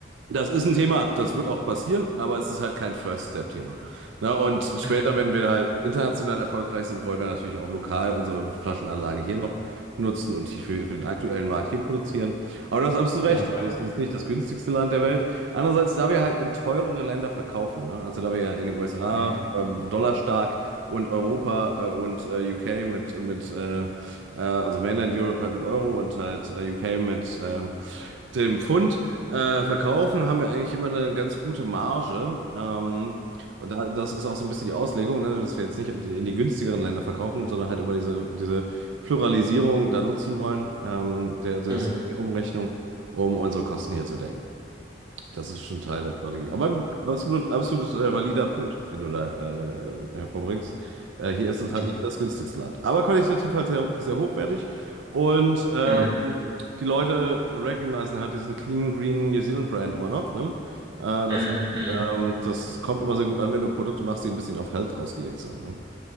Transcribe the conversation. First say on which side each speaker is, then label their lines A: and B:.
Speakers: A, on the right; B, on the right.
A: das ist ein Thema, das wird auch passieren, aber es ist halt kein First-Step-Thema. Na, und später,
B: Mhm.
A: wenn wir halt international erfolgreich sind, wollen wir natürlich auch lokal unsere Flaschenanlage hier noch nutzen und die für, für den aktuellen Markt hier produzieren. Aber das hast absolut recht.
B: Na klar.
A: Also Es ist nicht das günstigste Land der Welt. Andererseits, da wir halt in teurere Länder verkaufen, ne? Also da wir ja in den USA
B: Mhm.
A: ähm, dollarstark und Europa äh, und äh, UK mit, mit äh, äh, also Mainland Europe halt mit Euro und halt äh, UK mit ähm, dem Pfund äh, verkaufen haben wir eigentlich immer eine ganz gute Marge. Ähm, und da, das ist auch so ein bisschen die Auslegung, ne, dass wir jetzt nicht in die günstigeren Länder verkaufen, sondern halt immer diese, diese Pluralisierung da nutzen wollen, ähm, der, des,
B: Mhm.
A: der Umrechnung, um unsere Kosten hier zu decken. Das ist schon Teil der Strategie. Aber ein absolut, absolut äh, valider Punkt, den du da äh, hervorbringst. Äh, hier ist es
B: Mhm.
A: halt nicht das günstigste Land. Aber qualitativ halt sehr, sehr hochwertig. Und ähm,
B: Mhm.
A: die Leute recognizen halt diesen Clean Green New Zealand Brand immer noch. Ne? Äh, das
B: Mhm.
A: heißt,
B: Mhm.
A: ähm, das kommt immer sehr gut an, wenn du Produkte machst, die ein bisschen auf Health ausgelegt sind. Ne?